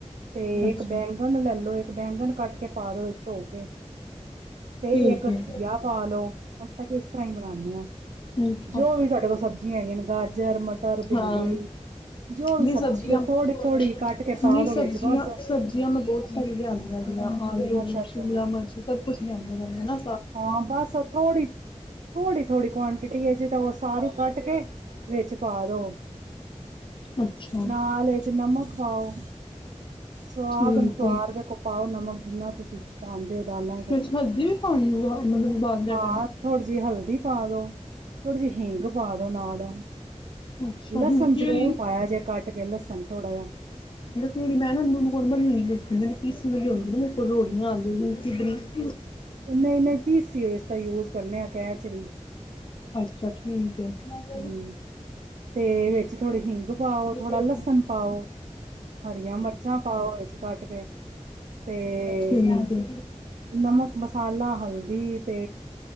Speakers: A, on the right; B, on the left.
A: ਤੇ
B: ਅੱਛਾ
A: ਇੱਕ ਬੈਂਗਣ ਲੈਲੋ ਇੱਕ ਬੈਂਗਣ ਕੱਟ ਕੇ ਪਾ ਦੋ ਵਿਚ ਧੋ ਕੇ ਤੇ
B: ਠੀਕ
A: ਇੱਕ ਘਿਅ
B: ਹੈ।
A: ਪਾਾਲੋ ਅ ਕਿਸ ਤਰ੍ਹਾਂ ਹੀ ਬਨਾਉਂਦੇ ਹਾਂ
B: ਅਾ
A: ਜੋ ਵੀ ਸਾਡੇ ਕੋਲ ਸਬਜ਼ੀਆਂ ਹੈਗੀਆਂ ਨੇ ਗਾਜਰ ਮਟਰ ਭਿੰਡੀ
B: ਹਾਂ
A: ਜੋ ਵੀ
B: ਨਹੀਂ
A: ਸਬਜ਼ੀ
B: ਸਬਜ਼ੀਆਂ
A: ਉਹ
B: ਨਹੀਂ
A: ਥੋੜ੍ਹੀ-ਥੋੜ੍ਹੀ ਕੱਟ ਕੇ ਪਾ ਦੋ
B: ਸਬਜ਼ੀਆਂ
A: ਵਿੱਚ ਬਸ।
B: ਸਬਜ਼ੀਆਂ ਮੈਂ ਬਹੁਤ ਸਾਰੀਆਂ ਲਿਆਂਦੀਆਂਆਂ ਆਲੂ
A: ਅੱਛਾ-ਅੱਛਾ।
B: ਸ਼ਿਮਲਾ ਮਿਰਚ ਸਭ ਕੁਛ ਲਿਆਦੀ ਨਾ ਹਨਾ
A: ਹਾਂ ਬਸ ਥੋੜ੍ਹੀ ਥੋੜੀ ਥੋੜੀ ਕੁਆਂਟਿਟੀ ਤਾਂ ਉਹ ਸਾਰੀ ਕੱਟ ਕੇ ਵਿੱਚ ਪਾ ਦੋ
B: ਅੱਛਾ।
A: ਨਾਲ ਵਿੱਚ ਨਮਕ ਪਾਓ ਸਵਾਦ
B: ਠੀਕ
A: ਅਨੁਸਾਰ
B: ਹੈ
A: ਦੇੇਖੋ ਪਾਓ ਨਮਕ ਜਿੰਨਾ ਤੁਸੀਂ ਪਾਉਦੇ ਹੋ ਦਾਲਾਂ ਚ
B: ਵਿੱਚ ਹਲਦੀ <unintelligible>
A: ਹਾਂ ਥੋੜ੍ਹੀ ਜਿਹੀ ਹਲਦੀ ਪਾ ਦੋ ਥੋੜੇ ਜਿਹੇ ਹਿੰਗ ਪਾ ਦੋ ਨਾਲ
B: ਅੱਛਾ।
A: ਲਸਣ
B: ਹਿੰਦ ਕੀ
A: ਜ਼ਰੂਰ ਪਾਇਆ ਜੇ ਕੱਟ ਕੇ ਲਸਣ ਥੋੜ੍ਹਾ ਜਾਿ
B: ਦਾੜ ਮੈਂ ਨਾੂੰ ਯੂਜ ਕਰਦੀ ਇਸ ਵ ਆਉਦੀ ਨਾ ਮੇਰੇ ਕੋਲ ਰੋੜੀਆਂ ਆਉਂਦੀ ਕਿੱਧਰੀ <inaudible>
A: ਇੰਨਾ ਇੰਨਾ ਹੀ ਪੀਸੀਓ ਇਸਦਾ ਯੂਜ ਕਰਨੇ ਆ ਕੈਚ ਦੀ
B: ਅੱਛਾ ਠੀਕ ਹੈ ਠੀਕ
A: ਹਮ ਤੇ ਥੋੜ੍ਹੀ ਹਿੰਗ ਪਾਓ ਥੋੜਾ
B: ਹੈ।
A: ਲਸਣ ਪਾਓ ਹਰੀਆਂ ਮਿਰਚਾਂ ਪਾਓ ਇਹ ਚ ਕੱਟ ਕੇ ਤੇ
B: ਠੀਕ ਹੈ।
A: ਨਮਕ ਮਸਾਲਾ ਹਲਦੀ ਤੇ